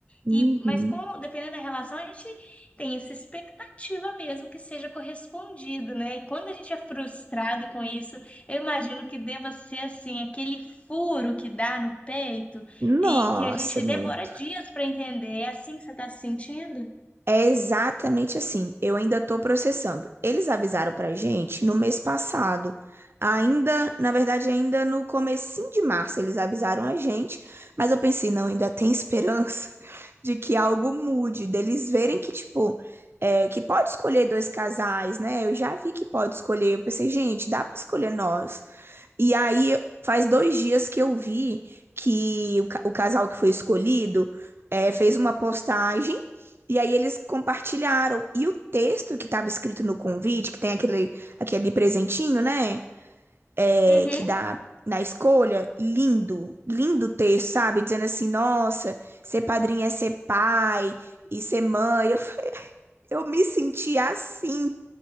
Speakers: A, on the right (about 55°); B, on the left (about 25°).
A: uhum.
B: E, mas com, dependendo da relação, a gente tem essa expectativa mesmo que seja correspondido, né? E quando a gente é frustrado com isso, eu imagino que deva ser assim, aquele furo que dá no peito
A: Nossa,
B: e que a gente
A: muito.
B: demora dias para entender. É assim que você está se sentindo?
A: É exatamente assim. Eu ainda estou processando. Eles avisaram para gente no mês passado. Ainda, na verdade, ainda no comecinho de março eles avisaram a gente, mas eu pensei, não, ainda tem esperança <laughs> de que algo mude, deles verem que, tipo, é, que pode escolher dois casais, né? Eu já vi que pode escolher. Eu pensei, gente, dá para escolher nós. E aí, faz dois dias que eu vi que o, ca- o casal que foi escolhido é, fez uma postagem e aí eles compartilharam. E o texto que estava escrito no convite, que tem aquele, aquele presentinho, né? É,
B: Uhum,
A: que dá na escolha, lindo, lindo texto, sabe? Dizendo assim, nossa, ser padrinho é ser pai e ser mãe. Eu, eu me senti assim